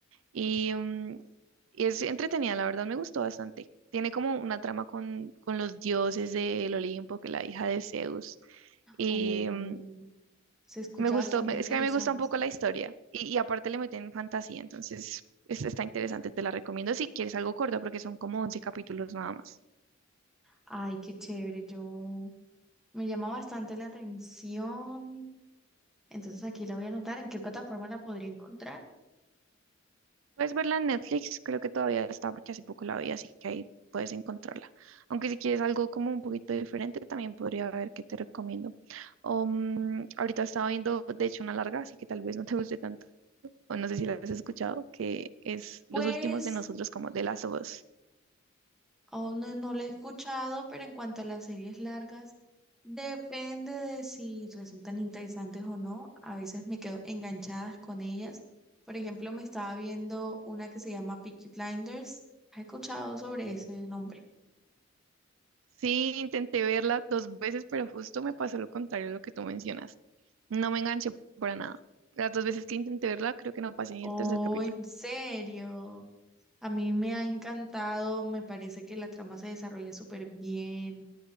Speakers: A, on the right (about 85°); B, in the centre.
A: Y mm, es entretenida, la verdad me gustó bastante. Tiene como una trama con, con los dioses del Olimpo, que la hija de Zeus. Y
B: Oh,
A: mm,
B: se escucha
A: me gustó,
B: bastante
A: me-
B: interesante.
A: es que a mí me gusta un poco la historia. Y, y aparte le meten fantasía, entonces es- está interesante, te la recomiendo si quieres algo corto, porque son como 11 capítulos nada más.
B: Ay, qué chévere. Yo me llama bastante la atención. Entonces aquí la voy a anotar. ¿En qué plataforma la podría encontrar?
A: Puedes verla en Netflix, creo que todavía está porque hace poco la vi, así que ahí puedes encontrarla. Aunque si quieres algo como un poquito diferente, también podría ver qué te recomiendo. Um, ahorita estaba viendo, de hecho, una larga, así que tal vez no te guste tanto, o no sé si la has escuchado, que es
B: Pues
A: Los Últimos de Nosotros, como de Last of Us.
B: aún no no la he escuchado, pero en cuanto a las series largas, depende de si resultan interesantes o no. A veces me quedo enganchadas con ellas. Por ejemplo, me estaba viendo una que se llama Peaky Blinders. ¿Has escuchado sobre ese nombre?
A: Sí, intenté verla dos veces, pero justo me pasó lo contrario a lo que tú mencionas. No me enganché para nada. Las dos veces que intenté verla, creo que no pasé ni
B: Oh,
A: el tercer capítulo.
B: ¿en serio? A mí me ha encantado, me parece que la trama se desarrolla súper bien,